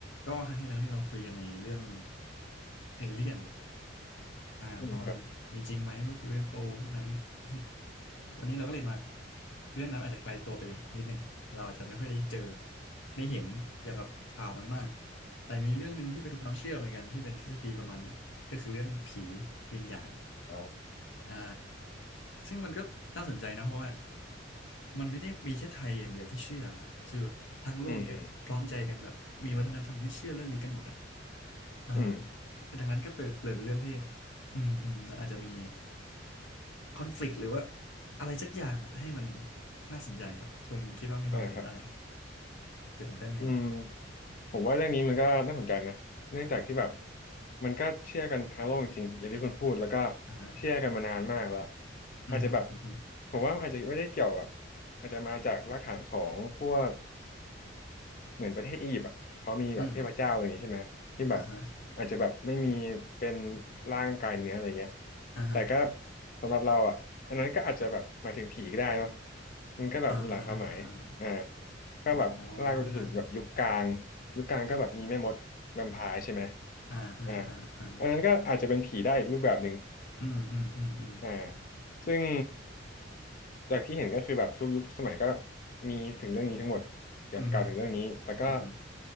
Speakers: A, on the left; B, on the left.
A: ก็ครั้งที่แล้วที่เราคุยกันในเรื่องเอเลี่ยน อ่าว่ามันมีจริงไหมพวก
B: อืมครับ
A: UFO พวกนั้น <coughs> วันนี้เราก็เลยมาเรื่องนั้นอาจจะไกลตัวไปนิดนึง เราอาจจะไม่ค่อยได้เจอได้เห็นอย่าแบบข่าวมันมาก แต่มีเรื่องหนึ่งที่เป็นความเชื่อเหมือนกันที่เป็นทฤษฎีประมาณเนี้ยก็คือเรื่องผีวิญญาณ
B: อ๋อ
A: อ่าซึ่งมันก็น่าสนใจนะเพราะว่ามันไม่ได้มีแค่ไทยอย่างเดียวที่เชื่อคือทั้งโลกเนี้ยพร้อมใจกันแบบมีวัฒนธรรมที่เชื่อเรื่องนี้กันหมดอ่ะ
B: อืมอืม
A: อ่า
B: อืม
A: ดังนั้นก็เปิดเลยเป็นเรื่องที่อืมอืมมันอาจจะมีคอนฟ lict หรือว่าอะไรสักอย่างอ่ะให้มันน่าสนใจครับคุณคิดว่ามีความเห็นว่าไง
B: อ่าครับ
A: เกี่ยวกับเรื่องนี้
B: อืมผมว่าเรื่องนี้มันก็น่าสนใจนะเนื่องจากที่แบบมันก็เชื่อกันทั้งโลกจริงๆอย่างที่คุณพูดแล้วก็
A: อ่าฮะ
B: เชื่อกันมานานมากแล้ว
A: อืมฮึอืมฮึ
B: อาจจะแบบผมว่ามันอาจจะไม่ได้เกี่ยวกับอาจจะมาจากรากฐานของพวก เหมือนประเทศอียิปต์อ่ะเขามีแบบเทพเจ้าอะไรอย่างงี้ใช่ไหมที่แบบ
A: อืมอ่าฮะ
B: อาจจะแบบไม่มีเป็นร่างกายเนื้ออะไรเงี้ย
A: อ่าฮะ
B: แต่ก็สำหรับเราอ่ะอันนั้นก็อาจจะแบบหมายถึงผีก็ได้เนาะมันก็แบบมีหลายความหมายอ่า
A: อ่าฮะอ่าฮะอา
B: ก็แบบไล่ไปจนถึงแบบยุคกลางยุคกลางก็แบบมีแม่มดแวมไพร์ใช่ไหม
A: อ๋ออ่าฮะอ่าอ่าอ่าอ่า
B: อ่าอันนั้นก็อาจจะเป็นผีได้อีกรูปแบบหนึ่ง
A: อืมอืมอืมอืม
B: อ่าซึ่ง จากที่เห็นก็คือแบบทุกยุคทุกสมัยก็มีถึงเรื่องนี้ทั้งหมดแบบกล่าวถึงเรื่องนี้
A: อืม
B: แต่ก็
A: อืม